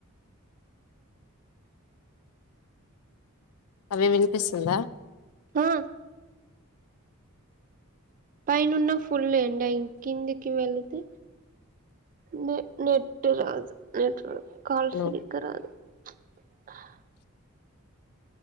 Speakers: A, on the left (about 85°); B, on the right (about 40°).
A: అవే వినిపిస్తుందా
B: ఆ పైనన్న ఫుల్ ఎండ ఇం కిందికి వెళితే నె నెట్ రాదు నెట్ కాల్
A: నువ్వు
B: సరిగ్గ రాదు హ